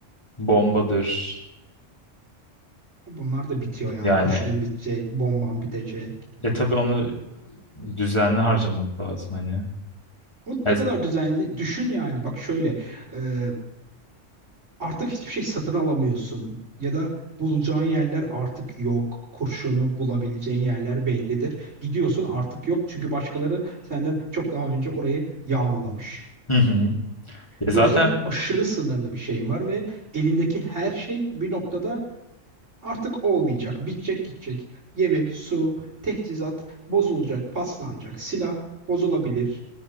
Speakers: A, on the left (about 20°); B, on the right (about 70°).
A: bombadır.
B: Bunlar da bitiyor yani.
A: Yani
B: Kurşunun bitecek, bomban bitecek.
A: e tabii onu düzenli harcamak lazım hani.
B: Bu ne
A: Ya-
B: kadar düzenli. Düşün yani. Bak şöyle. e, artık hiçbir şey satın alamıyorsun. Ya da bulacağın yerler artık yok. Kurşunu bulabileceğin yerler bellidir. Gidiyorsun artık yok. Çünkü başkaları senden çok daha önce orayı yağmalamış.
A: hı hı. Ya
B: O
A: zaten
B: yüzden aşırı sınırlı bir şeyim var ve elindeki her şey bir noktada Artık olmayacak. Bitecek gidecek. Yemek, su, teçhizat bozulacak, paslanacak. Silah bozulabilir.